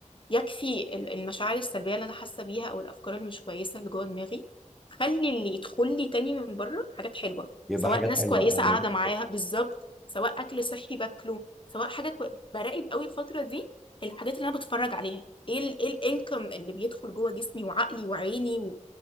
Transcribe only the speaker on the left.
يكفي ال- المشاعر السلبية اللي أنا حاسة بيها أو الأفكار اللي مش كويسة اللي جوه دماغي خلي اللي يدخل لي تاني من بره حاجات حلوة
سواء
ناس
كويسة
قاعدة
معاها بالظبط سواء أكل صحي باكله سواء حاجة كوي... براقب قوي الفترة دي الحاجات اللي أنا بتفرج عليها إيه ال... إيه الإنكم اللي بيدخل جوه جسمي وعقلي وعيني و...